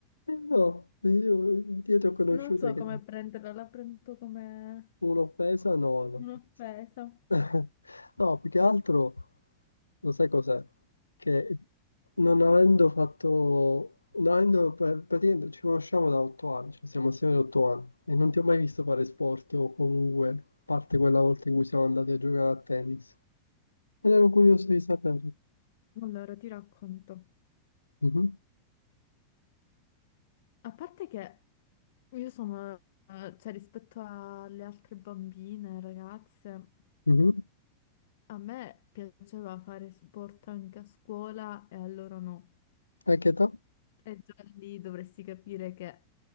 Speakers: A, on the left; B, on the left.
A: Eh, no, io, io ti ho conosciuta
B: Non so
A: che
B: come prenderla, la prendo come
A: un'offesa, no, no.
B: un'offesa.
A: <laughs> No, più che altro, lo sai cos'è? Che non avendo fatto, non avendo, pra- praticamente ci conosciamo da otto anni, cioè siamo assieme da otto anni, e non ti ho mai visto fare sport o comunque, a parte quella volta in cui siamo andati a giocare a tennis. Ed ero curioso di sapere.
B: Allora, ti racconto.
A: Mhm,
B: A parte che io sono, eh, cioè rispetto alle altre bambine, ragazze,
A: mhm.
B: a me piaceva fare sport anche a scuola e a loro no.
A: A che età?
B: E già lì dovresti capire che